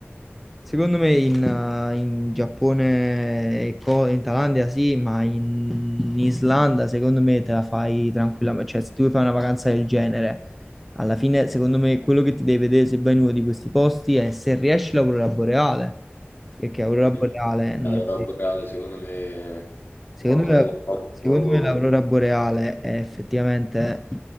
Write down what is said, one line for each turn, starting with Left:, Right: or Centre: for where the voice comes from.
Centre: Secondo me in, eh, in Giappone, e co- in Thailandia sì, ma in Islanda secondo me te la fai tranquillamente. Cioè, se tu vuoi fare una vacanza del genere, alla fine secondo me quello che ti devi vedere se vai in uno di questi posti è se riesci l'aurora boreale, perché aurora
Left: mm,
Centre: boreale non
Left: è la
Centre: la
Left: aurora
Centre: vedi.
Left: boreale, secondo me,
Centre: Secondo
Left: qualcosa
Centre: me,
Left: che fa
Centre: secondo
Left: proprio.
Centre: me l'aurora boreale è effettivamente,